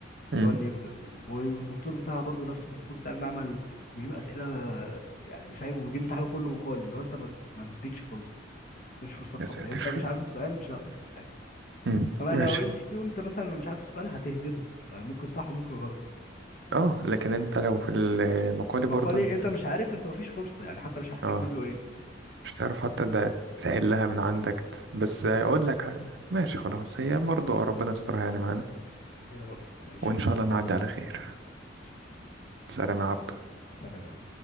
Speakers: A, on the right; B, on the left.
A: أمم.
B: اللي هو النيوكلير دي والدكتور بتاعها برضو نفس الدكتور بتاع المعمل بيجيب اسئله يعني فاهم وبيجيب امتحانه كله مقالي اللي هو انت ما ما بتديكش فرصه مش فرصه تفكر
A: يا ساتر
B: يعني انت لو مش عارف السؤال مش هتعرف تكتب حاجه
A: أمم.
B: اما
A: ماشي
B: لو ام سي كيو انت مثلا لو مش عارف السؤال هتهبده فممكن صح وممكن غلط
A: اه لكن انت لو في المقالي برضه
B: مقالي
A: انت
B: انت مش عارف انت مفيش فرصه يعني حتى مش عارف
A: اه
B: تكتب له ايه
A: مش هتعرف حتى ده تحلها من عندك ت- بس اقول لك حاجة. ماشي خلاص هي برضه ربنا يسترها يعني معانا
B: يا رب ماشي
A: وان
B: يا
A: شاء
B: رب.
A: الله نعدي على خير
B: ماشي
A: سلام يا عبدو
B: سلام يا